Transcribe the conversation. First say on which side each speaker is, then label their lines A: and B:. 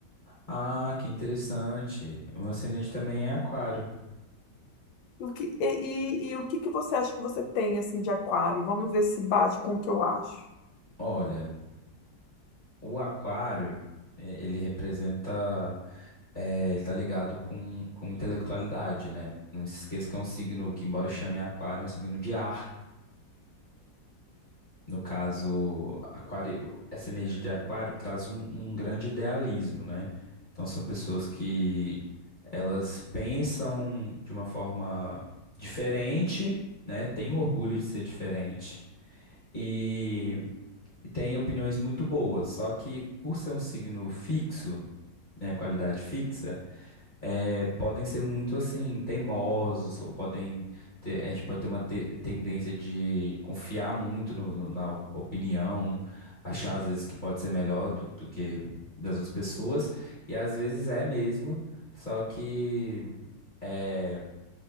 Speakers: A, on the left (about 30°); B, on the left (about 85°).
A: Ah, que interessante. O meu ascendente também é aquário.
B: E O que, e, e, e o que que você acha que você tem, assim, de aquário? Vamos ver se bate com o que eu acho.
A: Olha, o aquário, eh, ele representa. eh, ele tá ligado com, com intelectualidade, né? Não se esqueça que é um signo que, embora chame aquário, é um signo de ar. No caso, aquário, essa energia de aquário traz um, um grande idealismo, né? Então são pessoas que elas pensam de uma forma diferente, né? Têm orgulho de ser diferente e, e têm opiniões muito boas. Só que por ser um signo fixo, né? Qualidade fixa, é, podem ser muito assim teimosos ou podem ter, a gente pode ter uma te- tendência de confiar muito no- no- na opinião, achar às vezes que pode ser melhor do, do que das outras pessoas e às vezes é mesmo, só que é,